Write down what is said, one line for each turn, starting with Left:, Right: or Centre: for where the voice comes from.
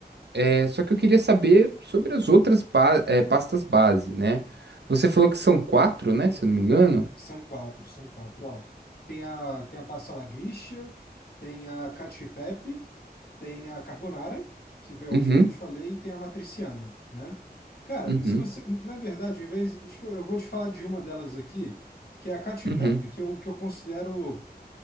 Right: é, só que eu queria saber sobre as outras ba- é, pastas base, né? Você
Left: Uhum.
Right: falou que são quatro, né? Se eu não me engano.
Left: São quatro, são quatro, ó. Tem a, tem a pasta la Grisha, tem a cacio e pepe, tem a carbonara, que foi a última
Right: Uhum,
Left: que eu te falei, e tem a matriciana, né? Cara,
Right: uhum,
Left: se você, na verdade, em vez, tipo, eu vou te falar de uma delas aqui, que é a cacio
Right: uhum.
Left: e pepe, que eu, que eu considero